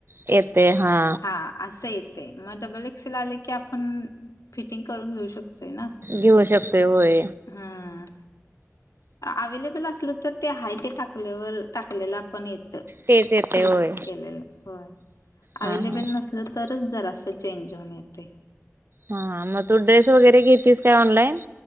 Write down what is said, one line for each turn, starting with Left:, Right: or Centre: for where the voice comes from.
Right: येतय हा
Left: हा, असं येतय, म डबल एक्सेल आले, की आपण, फिटिंग करून, घेऊ शकतोय ना?
Right: घेऊ शकतोय, होय
Left: हम्म अवेलेबल असलं तर, ते हाय ते टाकल्यावर, टाकलेलापण येत. त
Right: तेच येते
Left: सिलेक्ट
Right: होय
Left: केलेलं, होय
Right: हा
Left: अव्हेलेबल
Right: हा
Left: नस तरच जरासं चेंज होऊन येतय
Right: हा मग, तू ड्रेस वगैरे, घेतेस काय ऑनलाईन?